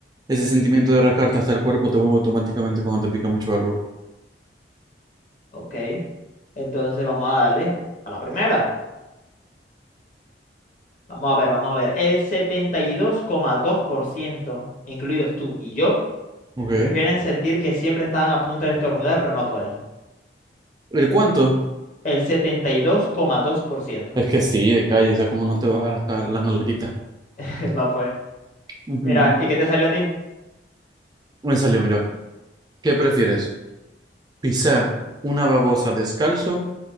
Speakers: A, on the right (about 20°); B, on the left (about 45°).
A: Ese
B: Es-
A: sentimiento de rascarte hasta el cuerpo te mueve automáticamente cuando te pica mucho algo.
B: Ok, entonces vamos a darle a la primera. Vamos a ver, vamos a ver. El 72,2%, incluidos tú y yo,
A: okay
B: prefieren sentir que siempre están a punto de estornudar, pero no pueden.
A: ¿El cuánto?
B: El 72,2%.
A: Es que sí, de calle, o sea, como no te vas a rascar las nalguitas.
B: <laughs> Va pues.
A: Ujú.
B: Mira, ¿y qué te salió a ti?
A: Me salió, mira. ¿Qué prefieres? ¿Pisar una babosa descalzo